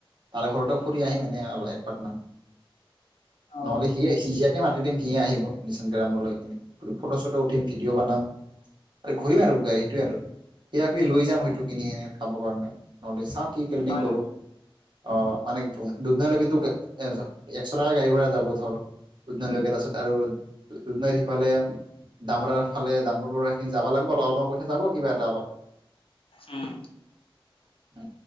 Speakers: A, on the right; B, on the left.
A: তাৰে ঘৰতো ফুৰি আহিম এনে একপাক মান।
B: অ
A: নহ'লে সিয়ে সিয়াকে মাত- দুদিন ভি আহিব মিচান গ্ৰামৰ লৈ কিনে ফটো চটো উঠিম ভিডিঅ' বনাম আৰু ঘূৰিম আৰু গাড়ীটোৱে আৰু। সেই আ তোৱে লৈ যাম হয়েটো কিনি কেনে খাব কাৰণে নহয় টো চাহ। কি পেলেনিং‌
B: হয়
A: কৰোঁ।
B: নেকি
A: অ মানে দুদিনলৈকেতো একশটাকে গাড়ী ভাড়া যাব ধৰ দুদিনলৈকে তাৰপিছত আৰু দুদিনত সিফালে দামৰ ফালে দামৰিনি যাব লাগিবললপ পইচা যাব কিবা এটা অলপ।
B: উম।
A: উ